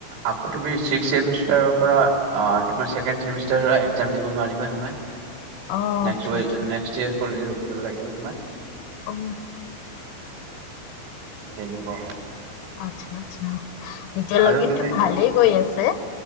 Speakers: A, on the right; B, on the left.
A: আকৌ তুমি চিক্স চেমিষ্টাৰৰ পৰা আ, তোমাৰ ছেকেণ্ড চেমিষ্টাৰৰ একজাম দিব নোৱাৰিবা নহয়?
B: আ,
A: নেক্সট
B: আচ্ছা
A: ৱে
B: আচ্ছা।
A: <unintelligible> ৰখিব লাগিব তোমাৰ?
B: অ'।
A: তেনেকুৱা হয়।
B: আচ্ছা আচ্ছা। এতিয়ালৈকেতো
A: আৰু তুমি
B: ভালেই গৈ আছে।